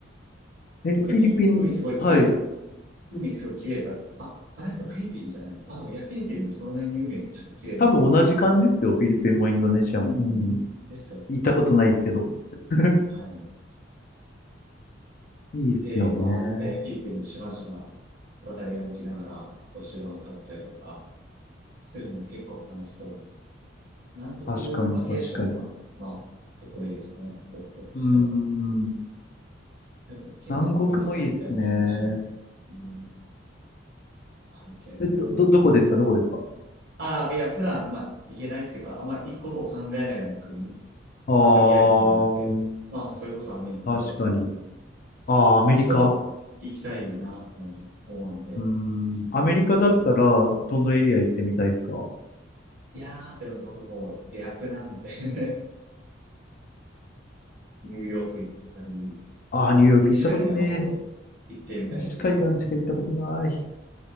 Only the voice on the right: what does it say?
海、海すごい綺麗だ。
海すごい綺麗だ。あ、あれもフィリピンじゃないのあ、でもいや、フィリピンもそんなに海確か綺麗だと思って。
うん。
ですよ。
はい。
で、回ってフィリピンの島々渡り歩きながらお仕事食べたりとかするのも結構楽しそう。南国バケーションは、
まあ、結構いいですね。僕としたら。
でも行けないとこ行きたいみたいな気持ちも、
うん、あるけど。
ああ、いや、普段、まあ、行けないっていうか、あんまり行くことを考えないような国、
あんまりリアリティがなくて、まあ、それこそアメリカとか、
一度は行きたいなと思うんで、
うん。
いやー、でも僕もエアプなんで <laughs> ニューヨーク行ったり、
西海岸の方行ってみたりとか、